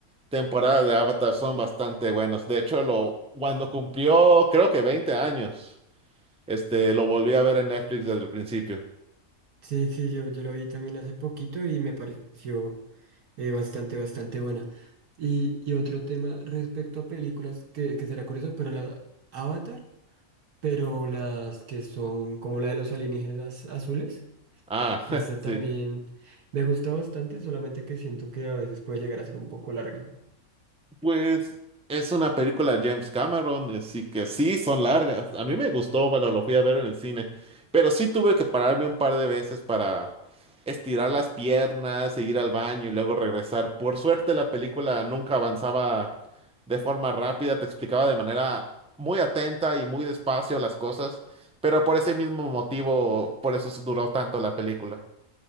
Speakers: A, in the centre; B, on the right.
A: temporadas de Avatar son bastante buenas. De hecho, lo, cuando cumplió, creo que 20 años, este, lo volví a ver en Netflix desde el principio.
B: Sí, sí, yo, yo la vi también hace poquito y me pareció eh, bastante, bastante buena. Y, y otro tema respecto a películas que, que será curioso, pero la Avatar, pero las que son como la de los alienígenas azules,
A: Ah,
B: esta
A: <laughs> sí.
B: también me gusta bastante, solamente que siento que a veces puede llegar a ser un poco larga.
A: Pues es una película de James Cameron, así que sí, son largas. A mí me gustó cuando lo fui a ver en el cine, pero sí tuve que pararme un par de veces para estirar las piernas, e ir al baño y luego regresar. Por suerte la película nunca avanzaba de forma rápida, te explicaba de manera muy atenta y muy despacio las cosas, pero por ese mismo motivo, por eso duró tanto la película.